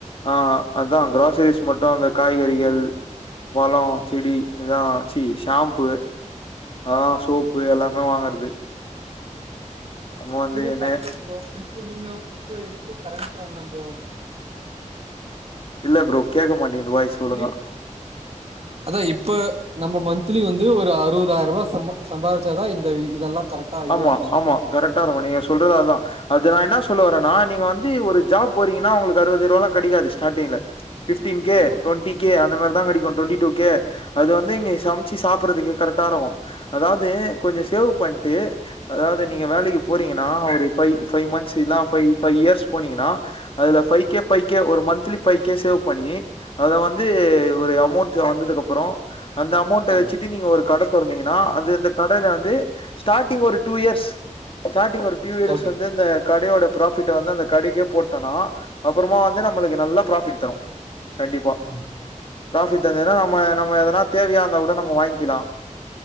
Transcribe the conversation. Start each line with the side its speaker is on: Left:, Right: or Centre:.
Left: ஆ அதா கிராசரிஸ் மட்டு அந்த காய்கறி கள் வள
Right: ம்.
Left: செடி இதா சீ ஷாம்ப்பு அதா சோப்பு எல்லாமே வாங்கறது நம்ம
Right: அப்டில்லா
Left: வந்து
Right: <unintelligible>
Left: என்ன
Right: இப்ப நீங்க வந்து இப்ப இருக்க கரன்ட்டா என்ன ப்ரோ
Left: இல்ல ப்ரோ கேட்க மாட்டேங்குது வாய்ஸ் ஒழுங்கா
Right: <inaudible> அதா இப்ப நம்ம மன்த்லி வந்து ஒரு அறுவதாயிருவா சம்பா சம்பாதிச்சாதா இந்த இதெல்லா கரெக்டா இது
Left: ஆமா
Right: ஆகு
Left: ஆமா கரெக்டா இருக்கு நீங்க சொல்றது அதா அது நா என்னா சொல்ல வரனா நீங்க வந்து ஒ ரு ஜாப் போறீங்கனா உங்களுக்கு அறுவதாய்ருவாலா கெடைக்காது ஸ்டாட்டிங்ல ஃபிஃப்டீன் கே
Right: ஆமா
Left: டுவெண்டி கே அந்த மாரி தா கெடைக்கு ட்வெண்டி டூ கே அது வந்து இங்க சம்ச்சி சாப்புர்றதுக்கே கரெக்ட்டா இருக்கு அதாவ்து கொஞ்சொ சேவ் பண் ட்டு அதாவ்து நீங்க வேலக்கி போறீங்கனா ஒ ரு ஃபை ஃபை மந்த்ஸ் இல்னா ஃபை ஃபை இயர்ஸ் போனீங்கன்னா அதுல ஃபை கே ஃபை கே ஒரு மன்த்லி ஃபை கே சேவ் பண்ணி அத வ ந்து ஒரு அமௌண்ட் வந்ததுக்கப்பறோ அந்த அமௌண்ட
Right: ஆமா
Left: வச்சுட்டு நீங்க ஒரு கட தொறந்தீங்கன்னா அது அந்த கடைல வந்து ஸ்டாட்டிங் ஒரு டூ இயர்ஸ் ஸ்டாட்டிங் ஒரு டூ டியர்ஸ்
Right: ஓகே
Left: வந்து இந்த கடையோட ப்ரா ஃபிட்ட வந்து அந்த கடைக்கே போட்டனா அப்பறமா வந்து நம்மளுக்கு நல்லா ப்ராஃபிட் தரு கண்டிப்பா
Right: ம்.
Left: ஃப்ராஃபிட் தந்தத்னா நம்ம நம்ம எதனா தேவையா இந்தா கூட நம்ம வாய்ங்க்கிலா